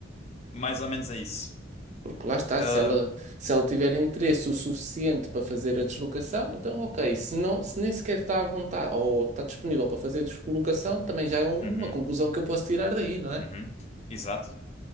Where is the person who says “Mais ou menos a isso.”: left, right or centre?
Left